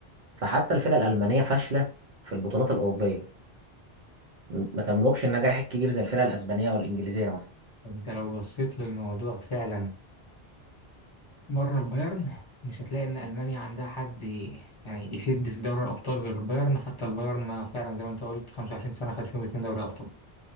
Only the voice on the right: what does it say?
فحتى الفرق الالمانيه فاشله في البطولات الاوروبيه ما تملكش النجاح الكبير زي الفرق الاسبانيه والانجليزيه مثلا